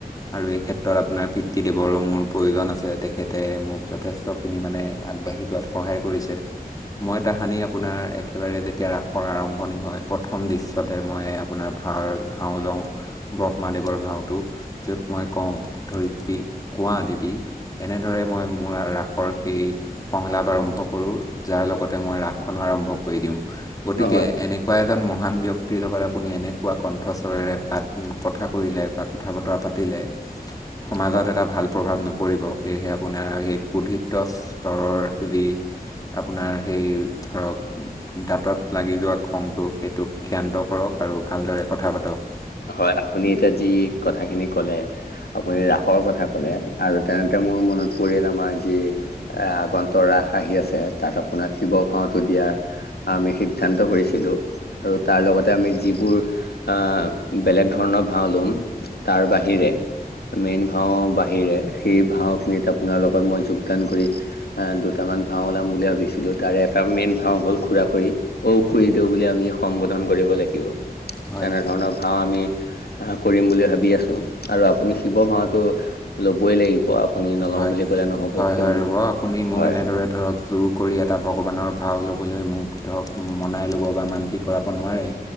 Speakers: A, on the left (about 20°); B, on the left (about 85°).
A: আৰু এই ক্ষেত্ৰত আপোনাৰ পিতৃদেৱৰো মোৰ প্ৰয়োজন আছে। তেখেত তে মোক যথেষ্টখিনি মানে আগবাঢ়ি যোৱাত সহায় কৰিছে। মই তাহানি আপোনাৰ একেবাৰে যেতিয়া ৰাসৰ আৰম্ভণি হয়। প্ৰথম দৃশ্যতে মই আপোনাৰ ভাওৰ ভাও লওঁ। ব্ৰহ্মাদেৱৰ ভাওটো য'ত মই কওঁ ধৰিত্ৰী কোৱা দেৱী এনেদৰে মই মোৰ ৰাসৰ সেই সংলাপ আৰম্ভ কৰোঁ। যাৰ লগতে মই ৰাস খন আৰম্ভ কৰি দিওঁ, গতিকে
B: হয়
A: এনেকুৱা এজন মহান ব্যক্তিৰ লগত আপুনি এনেকুৱা কণ্ঠস্বৰেৰে পা কথা কৰিলে বা কথা বতৰা পাতিলে, সমাজত
B: হয়
A: এটা ভাল প্ৰভাৱ নপৰে। সেয়েহে আপোনাৰ সেই কোধিত্ব স্তৰৰ ৰাখিবি। <unintelligible> আপোনাৰ সেই ধৰক দাঁতত লাগি যোৱা খংটো সেইটোক ক্ষান্ত কৰক আৰু ভালদৰে কথা পাতক।
B: হয়। আপুনি এতিয়া যি কথাখিনি ক'লে আপুনি ৰাসৰ কথা ক'লে আৰু তেনেতে মোৰ মনত পৰিল আমাৰ যি এ আগন্তুক ৰাস আহি আছে, তাত আপোনাক শিৱ ভাওতো দিয়া আমি সিদ্ধান্ত কৰিছিলোঁ আৰু তাৰ লগতে আমি যিবোৰ আ, বেলেগ ধৰণৰ ভাওঁ লম, তাৰ বাহিৰে মেইন ভাওঁ সেইয়ে, সেই ভাওঁখিনিত আপোনাৰ লগত মই যোগদান কৰি এ দুটামান ভাওঁ ওলাম বুলি ভাবিছিলোঁ, তাৰে এটা মেইন ভাওঁ হ'ল খুৰা-খুৰী। অ' খুুৰী দৌ, বুলি আমি সম্বোধন কৰিব লাগিব।
A: হয়
B: এনেধৰণৰ ভাওঁ আমি কৰিম বুলি ভাবি আছোঁ, আৰু আপুনি শিৱ ভাওঁটো ল'বই লাগিব আপুনি নলওঁ
A: হয়
B: বুলি ক'লে নহ'ব
A: হয়
B: কিয়নো
A: হয় ৰ'ব আপুনি মোক
B: হয়।
A: এনেদৰে ধৰক জোৰ কৰি এটা ভগৱানৰ ভাও ল'বলৈ মোক ধৰক মনাই ল'ব বা মান্তি কৰাব নোৱাৰে।